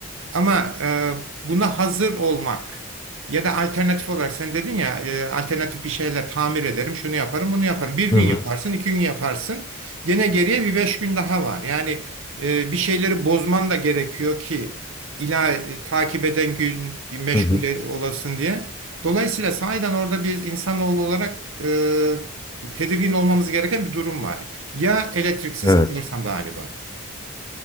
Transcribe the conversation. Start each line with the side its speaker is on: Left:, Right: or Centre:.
Right: Ama e, buna hazır olmak. Ya da alternatif olarak sen dedin ya e, alternatif bir şeyler tamir ederim, şunu yaparım, bunu yaparım. Bir
Left: Hı
Right: gün
Left: hı.
Right: yaparsın, iki gün yaparsın. Gene geriye bir beş gün daha var. Yani e, bir şeyleri bozman da gerekiyor ki ila e, takip eden gün meşgul
Left: Hı hı.
Right: e- olasın diye. Dolayısıyla sahiden orada bir insanoğlu olarak e, tedirgin olmamız gereken bir durum var. Ya elektriksiz
Left: Evet.
Right: kalırsam galiba.